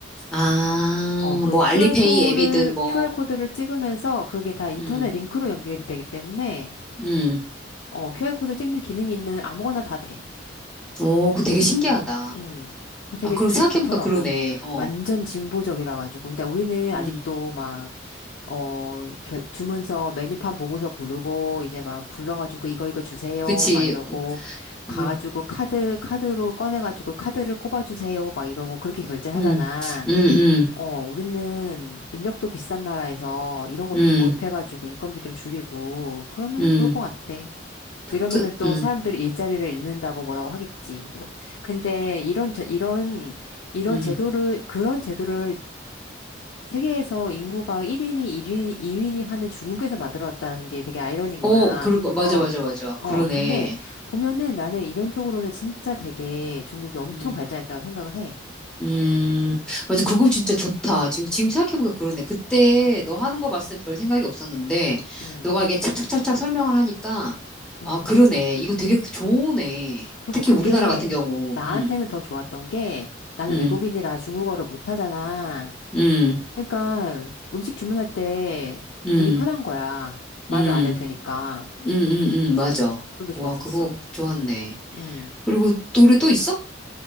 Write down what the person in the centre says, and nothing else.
아,
뭐 알리페이
앱이든 뭐,
음,
음.
오, 그거 되게 신기하다.
아, 그럼
생각해보니까
그러네.
어.
음,
그치.
어,
음,
음,
음, 음,
음,
음.
그,
음,
음,
어,
그러고, 맞아,
맞아, 맞아.
그러네.
음,
음,
맞아. 그거 진짜 좋다. 지금, 지금 생각해보니까 그러네. 그때 너 하는 거 봤을 때 별 생각이 없었는데,
너가 이게 착착착착 설명을 하니까,
아, 그러네. 이거 되게 좋으네.
특히
우리나라 같은 경우,
음,
음,
음,
음,
음.
응응응
맞아.
와 그거 좋았네.
그리고 또래또 있어?